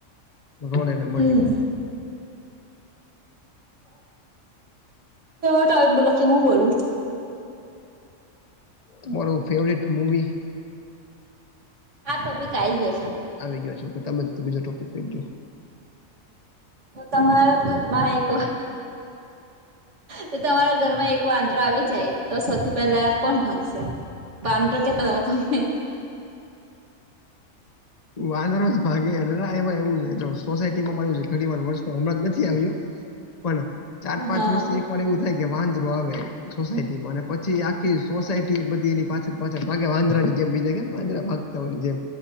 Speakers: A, on the left (about 30°); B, on the right (about 60°).
A: રોલેને મળ્યું
B: હમ
A: હોય.
B: હ, બોલો કે હું બોલું?
A: તો તમાર ફેવરેટ મુવી?
B: આ ટોપિક આ આવી ગયો છે.
A: આવી ગયો છો કે તમે તો બીજો ટોપિક ભજો.
B: હ તમારા ઘરમાં એક તો તમારા ઘરમાં એક વાંદરો આવી જાય તો સૌથી પહેલા કોણ ભાગશે? પાંદ્ર કેટલા દકા તમમે?
A: વાનર જ ભાગે નાવા એવું સોસાયટીમાં મા છે ઘણી વાર વ હમણાં જ નથી આવ્યો, પણ ચાર પાંચ
B: હા
A: વર્ષથી એક વાર એવું થાય કે વાંદરો આવે. સોસાયટી માં અને પછી આખી સોસાયટી બધી એની પાછળ પાછળ ભાગે વાંદ્રની જેમ બીજા કેમ આ્રા ભાગ <unintelligible> જેમ